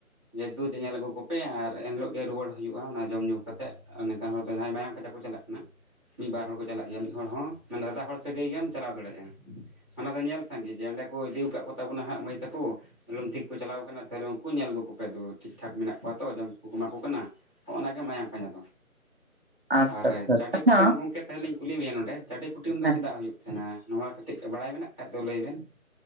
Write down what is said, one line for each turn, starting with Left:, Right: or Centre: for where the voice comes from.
Centre: ᱡᱮ ᱫᱩ ᱧᱮᱞ ᱟᱹᱜᱩ ᱠᱚᱯᱮ ᱟᱨ ᱮᱱᱦᱤᱞᱳᱜ ᱜᱮ ᱨᱩᱣᱟᱹᱲ ᱦᱩᱭᱩᱜᱼᱟ ᱚᱱᱟ ᱡᱚᱢ ᱧᱩ ᱠᱟᱛᱮᱫ ᱱᱝᱠᱟᱱ ᱦᱚᱲ ᱫᱚ ᱡᱟᱦᱟᱸᱭ ᱢᱟᱭᱟᱢ ᱯᱟᱸᱡᱟ ᱠᱚ ᱪᱟᱞᱟᱜ ᱠᱟᱱᱟ ᱢᱤᱫ ᱵᱟᱨ ᱦᱚᱲ ᱠᱚ ᱪᱟᱞᱟᱜ ᱜᱮᱭᱟ ᱢᱤᱫ ᱦᱚᱲ ᱦᱚᱸ ᱢᱟᱱᱮ ᱫᱟᱫᱟ ᱦᱚᱲ ᱥᱟᱹᱜᱟᱹᱭ ᱜᱮᱢ ᱪᱟᱞᱟᱣ ᱫᱟᱲᱮᱭᱟᱜᱼᱟ ᱚᱱᱟ ᱫᱚ ᱧᱮᱞ ᱥᱟᱸᱜᱮ ᱡᱮ ᱚᱸᱰᱮ ᱠᱚ ᱤᱫᱤ ᱟᱠᱟᱫ ᱠᱚ ᱛᱟᱵᱚᱱᱟ ᱦᱟᱸᱜ ᱢᱟᱹᱭ ᱛᱟᱠᱚ ᱞᱚᱢᱛᱤ ᱠᱚ ᱪᱟᱞᱟᱣ ᱟᱠᱟᱱᱟ ᱛᱟᱦᱚᱞᱮ ᱩᱱᱠᱩ ᱧᱮᱞ ᱟᱜᱩ ᱠᱚᱯᱮ ᱫᱩ ᱴᱷᱤᱠ ᱴᱷᱟᱠ ᱢᱮᱱᱟᱜ ᱠᱚᱣᱟ ᱛᱚ ᱡᱚᱢ ᱠᱚᱠᱚ ᱮᱢᱟ ᱠᱚ ᱠᱟᱱᱟ ᱱᱚᱜᱚ-ᱱᱚᱣᱟ ᱜᱮ ᱢᱟᱭᱟᱝ ᱯᱟᱸᱡᱟ ᱫᱚ
Right: ᱟᱪᱪᱷᱟ
Centre: ᱟᱨ
Right: ᱟᱪᱪᱷᱟ
Centre: ᱪᱟᱹᱰᱤ
Right: ᱟᱪᱪᱷᱟ
Centre: ᱠᱩᱴᱟᱹᱢ ᱜᱚᱢᱠᱮ ᱛᱟᱦᱮᱞᱮᱧ ᱠᱩᱞᱤ ᱢᱮᱭᱟ ᱱᱚᱸᱰᱮ ᱪᱟᱹᱰᱤ ᱠᱩᱴᱟᱹᱢ ᱫᱚ
Right: ᱦᱮᱸ
Centre: ᱪᱮᱫᱟᱜ ᱦᱩᱭᱩᱜ ᱛᱟᱦᱮᱱᱟ ᱱᱚᱣᱟ ᱠᱟᱹᱴᱤᱡ ᱵᱟᱲᱟᱭ ᱢᱮᱱᱟᱜ ᱠᱷᱟᱡ ᱫᱚ ᱞᱟᱹᱭ ᱵᱮᱱ